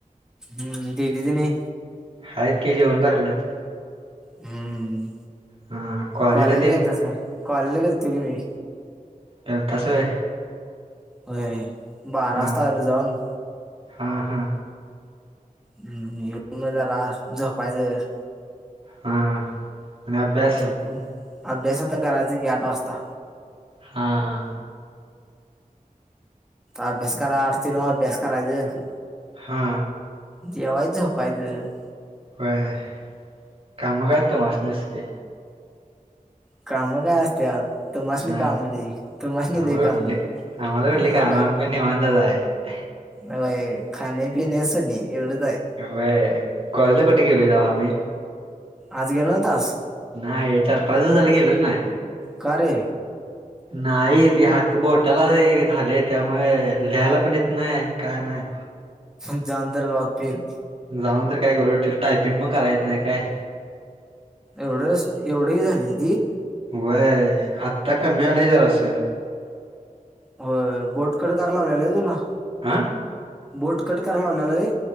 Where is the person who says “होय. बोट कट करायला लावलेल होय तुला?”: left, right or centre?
Centre